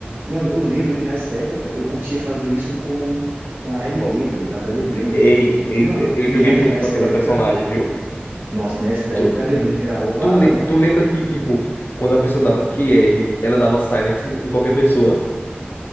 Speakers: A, on the right (about 60°); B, on the left (about 60°).
A: Mano, eu lembro que nessa época eu curtia fazer isso com, com a LB,
B: E Qual?
A: tá ligado? A LeBlanc.
B: Ei, ex-
A: E, mano,
B: eu joguei
A: e na-
B: muito
A: nessa
B: com aquela
A: época,
B: personagem, viu?
A: nossa, nessa
B: Tu,
A: época a LeBlanc era roubada,
B: tu, le-
A: mano.
B: tu lembra que, tipo, quando a pessoa dava QR, ela dava silence em em qualquer pessoa?